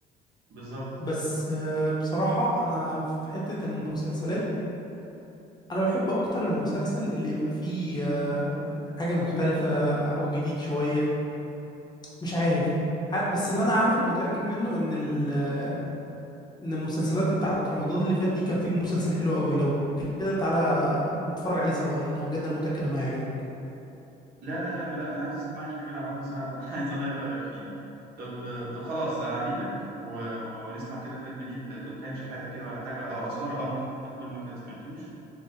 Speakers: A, on the right (about 65°); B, on the left (about 25°).
A: بالظبط
B: بس آه، بصراحة أنا في حتة المسلسلات أنا بحب أكتر المسلسل اللي يبقى فيه آه، حاجة مختلفة أو جديد شوية مش عارف ح- بس اللي أنا عارفه ومتأكد منه إن ال آه، إن المسلسلات بتاعت رمضان اللي فات دي كان فيه مسلسل حلو قوي لو كده تعالى نتفرج عليه سوا لأنه بجد أنا متأكد إنه هيعجبك
A: لا لا يا عم لا أنا عايز أسمعك حاجة لعمرو سعد أنا <laughs> عايز أغير رأيك فيه طب طب خلاص أنا هجيلك و... و... ونسمع كده فيلم ليه لدكان شحاتة كده ولا حاجة أو أسوار القمر أنت بتقول ما كان- سمعتوش